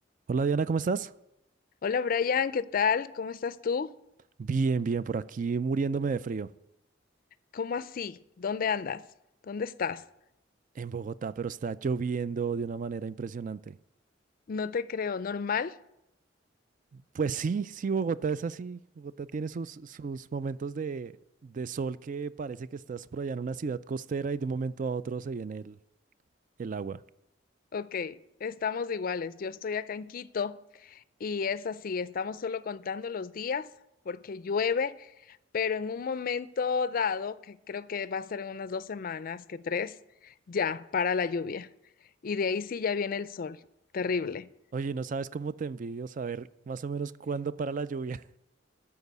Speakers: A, on the right (about 45°); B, on the left (about 50°).
A: Hola Diana, ¿cómo estás?
B: Hola Brian, ¿qué tal? ¿Cómo estás tú?
A: Bien, bien, por aquí muriéndome de frío
B: ¿Cómo así? ¿Dónde andas? ¿Dónde estás?
A: en Bogotá, pero está lloviendo de una manera impresionante.
B: No te creo, ¿normal?
A: Pues sí, sí, Bogotá es así. Bogotá tiene sus, sus momentos de, de sol que parece que estás por allá en una ciudad costera y de un momento a otro se viene el, el agua.
B: Ok, estamos iguales. Yo estoy acá en Quito y es así, estamos solo contando los días porque llueve, pero en un momento dado, que creo que va a ser en unas dos semanas, que tres, ya para la lluvia. Y de ahí sí ya viene el sol. Terrible.
A: Oye, no sabes cómo te envidio saber más o menos cuándo para la lluvia